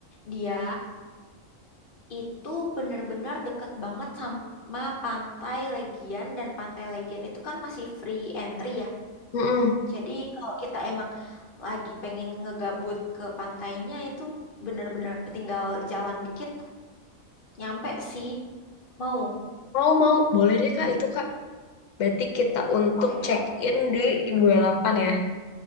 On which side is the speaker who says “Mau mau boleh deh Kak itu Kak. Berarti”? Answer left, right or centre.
Left